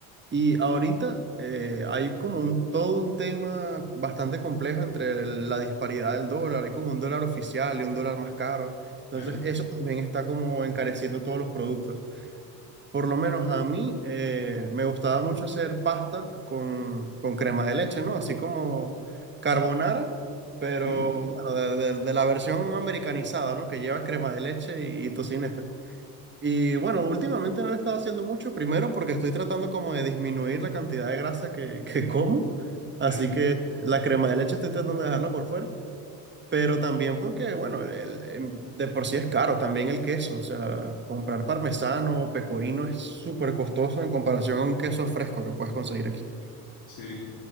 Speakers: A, on the right; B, on the left.
A: Y ahorita eh, hay como un, todo un tema bastante complejo entre la disparidad del dólar. Hay como un dólar oficial y un dólar más caro. Entonces
B: Claro.
A: eso también está como encareciendo todos los productos. Por lo menos a mí eh, me gustaba mucho hacer pasta con, con crema de leche, ¿no? Así como carbonara, pero
B: Sí,
A: bueno, de, de- de la versión americanizada, ¿no? Que lleva crema de leche y, y tocineta. Y bueno, últimamente no lo he estado haciendo mucho, primero porque estoy tratando como de disminuir la cantidad de grasa que, que como, así
B: claro.
A: que la crema de leche estoy tratando de dejarla por fuera pero también porque, bueno, el, el- em, de por sí es caro también el queso. O sea, comprar parmesano o pecorino es súper costoso en comparación a un queso fresco que puedes conseguir aquí.
B: Sí.